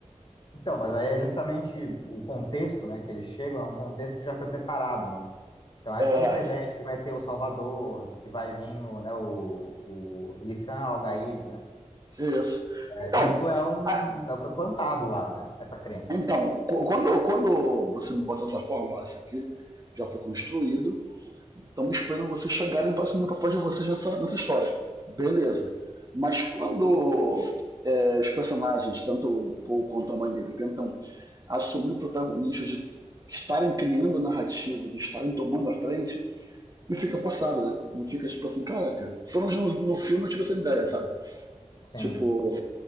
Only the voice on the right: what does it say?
É,
isso.
Então,
a-
então qu- quando, quando você me bota dessa forma, ó, isso aqui já foi construído, Estamos esperando vocês chegarem para assumir o papel de vocês nessa, nessa história. Beleza. Mas quando é, os personagens, tanto o Paul quanto a mãe dele, tentam assumir o protagonismo de estarem criando narrativa, de estarem tomando a frente, não fica forçado, né? Não fica tipo assim, caraca. Pelo menos no, no filme eu tive essa ideia, sabe?
Tipo,